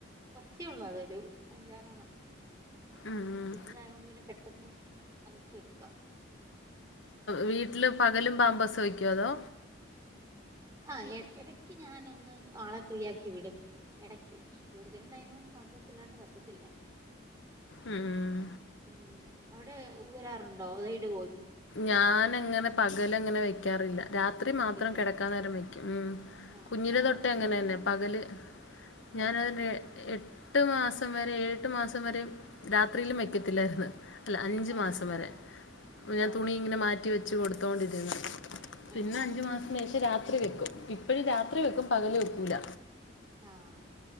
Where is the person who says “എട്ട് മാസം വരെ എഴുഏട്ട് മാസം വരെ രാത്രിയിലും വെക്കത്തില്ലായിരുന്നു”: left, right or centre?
Left